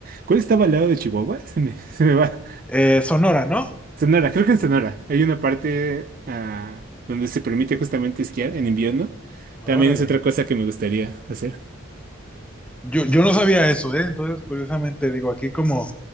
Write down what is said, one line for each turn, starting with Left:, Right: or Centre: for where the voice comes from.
Right: ¿Cuál estaba al lado de Chihuahua? Se me, <laughs> se me va.
Centre: Eh, Sonora, ¿no?
Right: Sonora, creo que en Sonora. Hay una parte ah, donde se permite justamente esquiar en invierno. También
Centre: Órale.
Right: es otra cosa que me gustaría hacer.
Centre: Yo, yo no sabía eso, ¿eh? Entonces, curiosamente, digo, aquí como